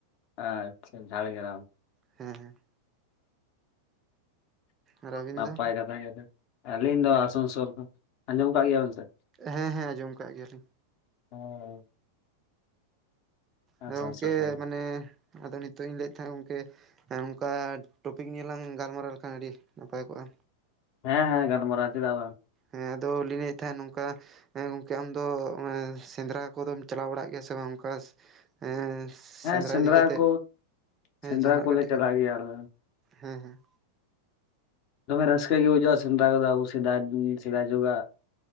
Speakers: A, on the left; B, on the right.
A: ᱟ ᱟᱪᱪᱷᱟ ᱡᱷᱟᱲᱜᱨᱟᱢ᱾
B: ᱦᱮᱸ ᱦᱮᱸ᱾ ᱟᱨ ᱟᱹᱵᱤᱱ
A: ᱱᱟᱯᱟᱭ
B: ᱫᱚ
A: ᱠᱟᱛᱷᱟ ᱟᱹᱞᱤᱧ ᱫᱚ ᱟᱥᱟᱱᱥᱳᱞ ᱠᱚ ᱟᱸᱡᱚᱢ ᱟᱠᱟᱫ ᱜᱮᱭᱟᱵᱮᱱ ᱥᱮ᱾
B: ᱦᱮᱸ ᱦᱮᱸ ᱟᱸᱡᱚᱢ ᱠᱟᱜ ᱜᱮᱭᱟᱞᱤᱧ
A: ᱦᱳᱭ ᱟᱥᱟᱱᱥᱳᱞ
B: ᱟᱫᱚ ᱜᱚᱝᱠᱮ
A: ᱠᱷᱚᱱ
B: ᱢᱟᱱᱮ ᱟᱫᱚ ᱱᱤᱛᱳᱜ ᱤᱧ ᱞᱟᱹᱭᱮᱫ ᱛᱟᱦᱮᱸᱫ ᱜᱚᱝᱠᱮ᱾ ᱱᱚᱝᱠᱟ ᱴᱚᱯᱤᱠ ᱱᱤᱭᱮ ᱞᱟᱝ ᱜᱟᱞᱢᱟᱨᱟᱣ ᱞᱮᱠᱷᱟᱱ ᱟᱹᱰᱤ ᱱᱟᱯᱟᱭ ᱠᱚᱜᱼᱟ᱾
A: ᱦᱮᱸ ᱦᱮᱸ ᱜᱟᱞᱢᱟᱨᱟᱣ ᱪᱮᱫᱟᱜ ᱵᱟᱝ᱾
B: ᱦᱮᱸ ᱟᱫᱚ ᱞᱤᱧ ᱞᱟᱹᱭᱮᱫ ᱛᱟᱸᱦᱮᱫ ᱱᱚᱝᱠᱟ᱾ ᱦᱮᱸ ᱜᱚᱢᱠᱮ ᱟᱢᱫᱚ ᱥᱮᱸᱫᱽᱨᱟ ᱠᱚᱫᱚᱢ ᱪᱟᱞᱟᱣ ᱵᱟᱲᱟᱜ ᱜᱮᱭᱟ ᱥᱮ ᱵᱟᱝ ᱚᱱᱠᱟ ᱮ᱾
A: ᱦᱮᱸ
B: ᱥᱮᱸᱫᱽᱨᱟ ᱤᱫᱤ ᱠᱟᱛᱮᱫ
A: ᱠᱚ ᱥᱮᱸᱫᱽᱨᱟ
B: ᱡᱟᱦᱟᱱᱟᱜ
A: ᱠᱚᱞᱮ
B: ᱠᱟᱹᱴᱤᱡ
A: ᱪᱟᱞᱟᱜ
B: ᱵᱤᱱ
A: ᱜᱮᱭᱟ ᱟᱞᱮ
B: ᱦᱮᱸ ᱦᱮᱸ᱾
A: ᱫᱚᱢᱮ ᱨᱟᱹᱥᱠᱟᱹ ᱜᱮ ᱵᱩᱡᱷᱟᱹᱜᱼᱟ ᱥᱮᱸᱫᱽᱨᱟ ᱠᱚᱫᱚ ᱟᱵᱚ ᱥᱮᱫᱟᱭ ᱥᱮᱫᱟᱭ ᱡᱩᱜᱽ ᱟᱜ᱾